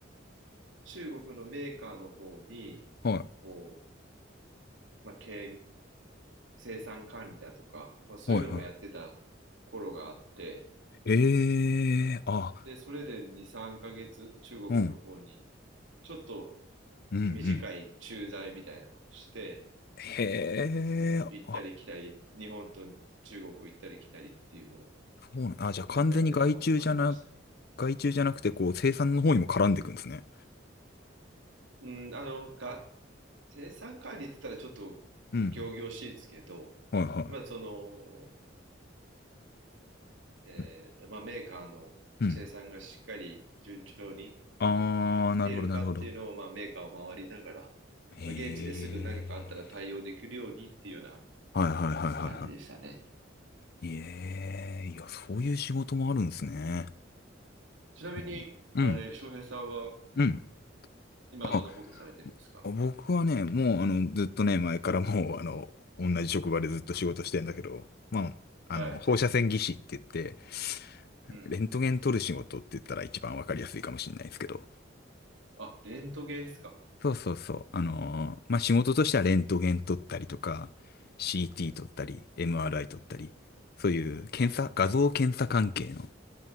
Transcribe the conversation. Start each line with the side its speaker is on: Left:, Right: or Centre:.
Right: 中国のメーカーの方に、
Left: はい。
Right: こう、まあ、経営生産管理だとか、まあ、そういうのもやってた頃があって、
Left: はいはい。ええ、あ、
Right: で、それで2、3ヶ月中国の方に
Left: うん。
Right: ちょっと
Left: うんうん。
Right: 短い駐在みたいなのをして、
Left: へえ、
Right: こう、行ったり来たり、
Left: あ、
Right: 日本と中国行ったり来たりっていうのを
Left: そうなん、あ、じゃあ完全に外注じゃな、
Right: やってたこともありましたね。
Left: 外注じゃなくて、こう、生産の方にも絡んでいくんですね。
Right: うん、あの、が、生産管理って言ったらちょっと
Left: うん。
Right: 仰々しいですけど、
Left: はいは
Right: まあ、その、えーと、
Left: い。うん。
Right: まあ、メーカーの生産がしっかり順調に
Left: うんあー、
Right: いっているかっていうのを、
Left: なるほど、なるほど。
Right: まあ、メーカーを回りながら、
Left: へえ。
Right: まあ、現地ですぐ何かあったら対応できるようにっていうような
Left: はいはいはいはいは
Right: 感じでしたね。
Left: い。ええ、いや、そういう仕事もあるんですね。
Right: ちなみに、
Left: そううん、
Right: あれ、翔平さんは
Left: うん。
Right: 今どんなことされてるんですか
Left: あ、僕はね、もう、あの、ずっとね、前からもう、あの、同じ職場でずっと仕事してんだけど、まあ、
Right: はい。
Left: あの、放射線技師って言って、
Right: うん。
Left: レントゲン撮る仕事って言ったら一番わかりやすいかもしれないですけど、
Right: あ、レントゲンですか。
Left: そうそうそう。あのーまあ、仕事としてはレントゲン撮ったりとか、CT
Right: うん。
Left: 撮ったり、MRI 撮ったり、そういう検査、画像検査関係の